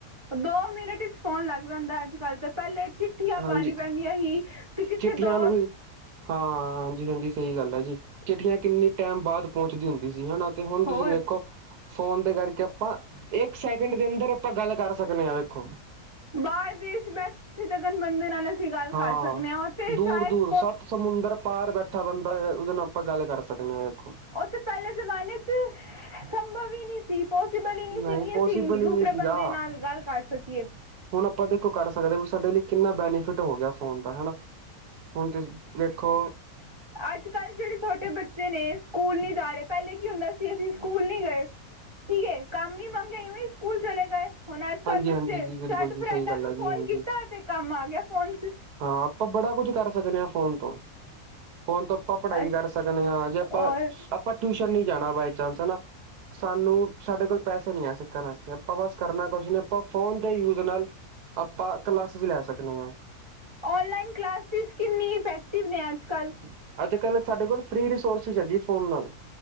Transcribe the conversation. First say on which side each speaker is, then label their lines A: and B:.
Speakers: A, on the right (about 25°); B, on the right (about 80°).
A: ਦੋ ਮਿੰਟ ਵਚ ਫੋਨ ਲੱਗ ਜਾਂਦਾ ਅੱਜਕੱਲ੍ਹ ਤਾਂ ਪਹਿਲੇ ਚਿੱਠੀਆਂ
B: ਹਾਂਜੀ
A: ਪਾਣੀ ਪੈਂਣ ਹੀ ਤੇ ਕਿੱਥੇ
B: ਚਿੱਠੀਆਂ
A: ਦੋ
B: ਨੂੰ ਵੀ ਹਾਂ, ਹਾਂਜੀ-ਹਾਂਜੀ ਸਈ ਗੱਲ ਆ ਜੀ। ਚਿੱਠੀਆਂ ਕਿੰਨੀ ਟਾਈਮ ਬਾਅਦ ਪਹੁੰਚਦੀ ਹੁੰਦੀ ਸੀ। ਹਨਾ ਤੇ ਹੁਣ ਤੁਸੀਂ
A: ਹੋਰ
B: ਦੇੇਖੋ ਫੋਨ ਦੇ ਕਰਕੇ ਆਪਾਂ ਏਕ ਸੈਕਿੰਡ ਦੇ ਅੰਦਰ ਆਪਾਂ ਗੱਲ ਕਰ ਸਕਦੇ ਆ ਵੇਖੋ
A: ਬਾਰ ਦੇਸ਼ ਬੈਠੇ ਤੇ ਗੱਲ ਬੰਦੇ ਨਾਲ ਤੁਸੀਂ ਗੱਲ
B: ਹਾਂ
A: ਕਰ ਸਕਦੇ ਓ ਤੇ
B: ਦੂਰ
A: ਸ਼ਾਇਦ
B: ਦੂਰ ਸੱਤ ਸਮੁੰਦਰ ਪਾਰ ਬੈਠਾ ਬੰਦਾ ਉਦੇ ਨਾ ਆਪਾਂ ਗੱਲ ਕਰ ਸਕਦੇ ਆ ਵੇਖੋ
A: ਓ ਤੇ ਪਹਿਲੇ ਜ਼ਮਾਨੇ ਚ ਸੰਭਵ ਈ ਨਹੀਂ ਸੀ। ਪੋਸੀਬਲ ਈ ਨੀ ਸੀ
B: ਨਹੀਂ
A: ਵੀ
B: ਪੋਸੀਬਲ
A: ਅਸੀਂ
B: ਹੀ
A: ਦੂਸਰੇ
B: ਨਹੀਂ ਸੀਗਾ
A: ਬੰਦੇ ਨਾਲ ਗੱਲ ਕਰ ਸਕੀਏ।
B: ਹੁਣ ਆਪਾਂ ਦੇਖੋ ਕਰ ਸਕਦੇ ਆ ਵੀ ਸਾਡੇ ਲਈ ਕਿੰਨਾ ਬੈਨੀਫਿਟ ਹੋ ਗਿਆ। ਫੋਨ ਦਾ ਹੈ ਨਾ ਹੁਣ ਤੁਸੀਂ ਦੇਖੋ।
A: ਅੱਜਕੱਲ੍ਹ ਜੇੜੇ ਛੋਟੇ ਬੱਚੇ ਨੇ ਸਕੂਲ ਨਹੀਂ ਜਾ ਰਏ ਪਹਿਲੇ ਕੀ ਹੁੰਦਾ ਸੀ। ਅਸੀਂ ਸਕੂਲ ਨੀ ਗਏ। ਠੀਕ ਐ ਕੰਮ ਈ ਮੰਗੇ ਇਵੇਂ ਸਕੂਲ ਚਲੇ ਗਏ। ਹੁਣ ਅੱਜਕੱਲ੍ਹ
B: ਹਾਂਜੀ
A: ਬੱਚੇ
B: ਹਾਂਜੀ ਜੀ
A: ਚੱਟ
B: ਬਿਲਕੁਲ ਜੀ
A: ਫਰੈਂਡਾਂ
B: ਸਹੀ ਗੱਲ
A: ਨੂੰ
B: ਹੈ ਜੀ
A: ਫੋਨ
B: ਹਾਂਜੀ
A: ਕੀਤਾ ਤੇ ਕੰਮ ਆ ਗਿਆ ਫੋਨ ਚ
B: ਹਾਂ, ਆਪਾਂ ਬੜਾ ਕੁਝ ਕਰ ਸਕਦੇ ਆ ਫੋਨ ਤੋਂ ਫੋਨ ਤੋਂ ਆਪਾਂ ਪੜ੍ਹਾਈ
A: ਅਸ-
B: ਕਰ ਸਗਨੇ ਆ ਜੇ ਆਪਾਂ,
A: ਔਰ
B: ਆਪਾਂ ਟਿਊਸ਼ਨ ਨਈ ਜਾਣਾ ਬਾਈ ਚਾਂਸ ਹੈਨਾ। ਸਾਨੂੰ ਸਾਡੇ ਕੋਲ ਪੈਸੇ ਨਈ ਆ ਸਿੱਖਣ ਆਸਤੇ ਆਪਾਂ ਬਸ ਕਰਨਾ ਕੁਛ ਨੇ ਆਪਾਂ ਫੋਨ ਦੇ ਯੂਜ ਨਾਲ ਆਪਾਂ ਕਲਾਸੇਜ ਲੈ ਸਕਨੇ ਆ।
A: ਓਨਲਾਈਨ ਕਲਾਸਿਸ ਕਿੰਨੀ ਇਫੈਕਟਿਵ ਨੇ ਅੱਜ ਕੱਲ੍ਹ।
B: ਅੱਜ-ਕੱਲ ਸਾਡੇ ਕੋਲ ਫ੍ਰਰੀ ਰਿਸੋਰਸਿਸ ਹੈ ਜੀ ਫੋਨ ਨਾਲ।